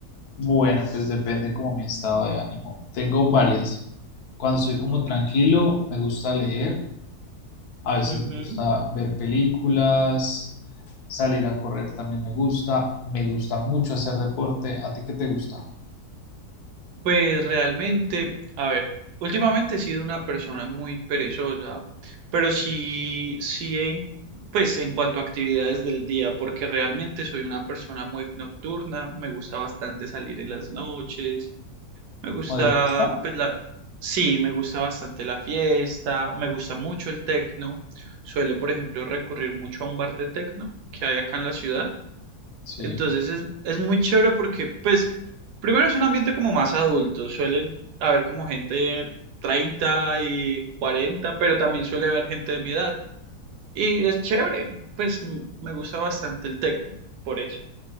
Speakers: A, on the left; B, on the right.
A: Bueno, pues depende como mi estado de ánimo. Tengo varias. Cuando estoy como
B: Ok.
A: tranquilo, me gusta leer, a veces
B: Ujú.
A: me gusta ver películas, salir a correr también me gusta, me gusta mucho hacer deporte. ¿A ti qué te gusta?
B: Pues realmente, a ver, últimamente he sido una persona muy perezosa, pero sí, sí en, pues en cuanto a actividades del día, porque realmente soy una persona muy nocturna, me gusta bastante salir en las noches, Me gusta,
A: ¿O de fiesta?
B: pues la, sí, me gusta bastante la fiesta, me gusta mucho el tecno. Suelo, por ejemplo, recurrir mucho a un bar de tecno que hay acá en la ciudad.
A: Sí,
B: Entonces es, es muy chévere porque, pues, primero es un ambiente como más adulto. Suelen haber como gente de 30 y 40, pero también suele haber gente de mi edad. Y es chévere, pues m- me gusta bastante el tecno, por eso.